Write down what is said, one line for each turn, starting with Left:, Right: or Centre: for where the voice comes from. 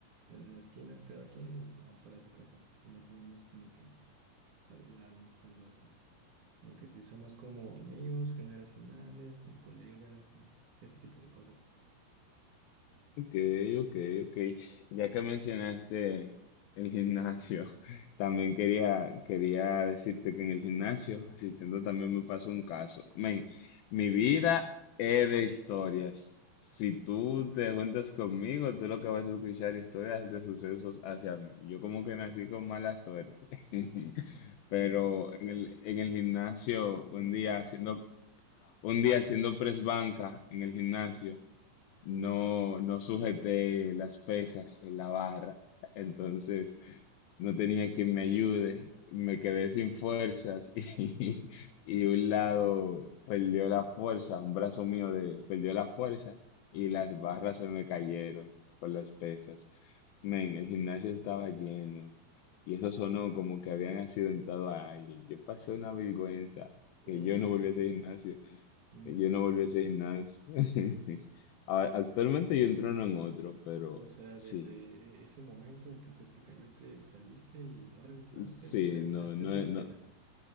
Right: En una esquina cada quien y ya para su casa. No teníamos como que saludarnos o algo así. Aunque sí somos como amigos generacionales, eh, colegas y ese tipo de cosas.
Left: Ok, ok, ok. Ya que mencionaste el gimnasio, <laughs> también quería, quería decirte que en el gimnasio, asistiendo también me pasó un caso. Men, mi vida es de historias. Si tú te juntas conmigo, tú lo que vas a escuchar historias de sucesos hacia mí. Yo como que nací con mala suerte. <laughs> Pero
Right: Sí,
Left: en el, en el gimnasio, un
Right: cuéntame.
Left: día haciendo, un día haciendo press banca en el gimnasio no, no sujeté las pesas en la barra, entonces no tenía quien me ayude, me quedé sin fuerzas <laughs> y, y un lado perdió la fuerza, un brazo mío de, perdió la fuerza y las barras se me cayeron por las pesas. Men, el gimnasio estaba lleno y eso sonó como que habían accidentado a alguien. Yo pasé una vergüenza que
Right: Ok,
Left: yo no volví a ese gimnasio.
Right: no entiendo.
Left: Yo no volví a ese gimnasio. <laughs> A- Actualmente yo entreno en otro, pero
Right: O sea,
Left: sí,
Right: desde ese momento que se te cayó, te saliste y no regresaste
Left: sí,
Right: o terminaste
Left: no, no,
Right: tu
Left: es-
Right: rutina.
Left: no,